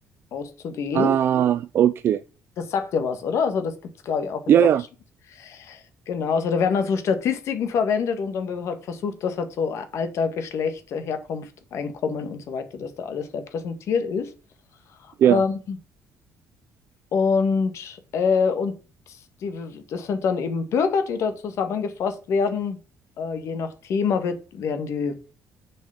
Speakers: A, on the left (about 60°); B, on the right (about 45°).
A: auszuwählen.
B: Ah, okay.
A: Das sagt ja was, oder? Also das gibt es, glaube ich, auch in
B: Ja,
A: Deutschland.
B: ja,
A: Genau, also da werden dann so Statistiken verwendet und dann wird halt versucht, dass halt so Alter, Geschlecht, Herkunft, Einkommen und so weiter, dass da alles repräsentiert ist.
B: ja,
A: Ähm, und äh, und die, das sind dann eben Bürger, die da zusammengefasst werden. Äh, je nach Thema wird, werden die,